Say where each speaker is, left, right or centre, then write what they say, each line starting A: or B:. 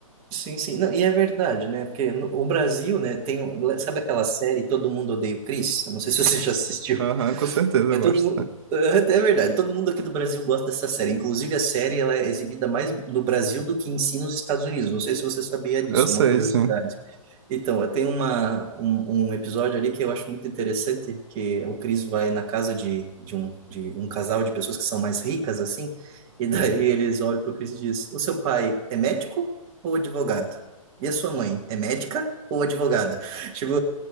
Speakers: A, on the right; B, on the right.
A: Sim, sim. Não, e é verdade, né? Porque no, o Brasil, né, tem. um- Sabe aquela série Todo Mundo Odeia o Chris? Eu não sei se você já assistiu.
B: Aham, com certeza
A: Mas
B: eu gosto.
A: todo mundo. <laughs> É verdade, todo mundo aqui do Brasil gosta dessa série. Inclusive, a série ela é exibida mais no Brasil do que em si nos Estados Unidos. Não sei se você sabia disso,
B: Eu sei,
A: uma curiosidade.
B: sim.
A: Então, eu tenho uma, um, um episódio ali que eu acho muito interessante, que o Chris vai na casa de, de, um, de um casal de pessoas que são mais ricas, assim, e <laughs> daí eles olham para o Chris e diz, o seu pai é médico ou advogado? E a sua mãe é médica ou advogada? <laughs> Tipo,